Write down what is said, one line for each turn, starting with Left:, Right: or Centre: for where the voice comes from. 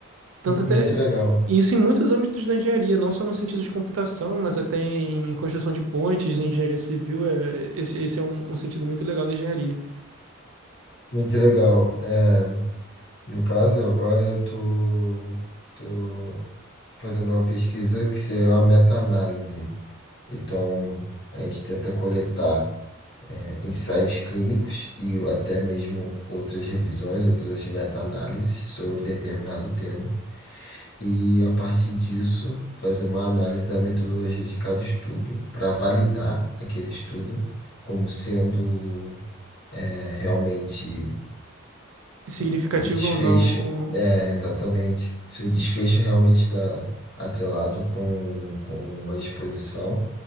Right: tanto
Left: mu-
Right: até.
Left: muito legal,
Right: e Isso em muitos âmbitos da engenharia, não só no sentido de computação, mas até em, em construção de pontes, em engenharia civil. É, esse, esse é um um sentido muito legal da engenharia.
Left: muito legal. É, no caso, agora eu tô, tô fazendo uma pesquisa que seria uma meta-análise. Então, a gente tenta coletar, é, ensaios clínicos e o- até mesmo outras revisões, outras meta-análises sobre determinado tema. E, a partir disso, fazer uma análise da metodologia de cada estudo para validar aquele estudo como sendo. é, realmente
Right: significativo
Left: o, o desfecho,
Right: ou não.
Left: é
Right: o-
Left: exatamente, se o desfecho realmente está atrelado com, com a exposição,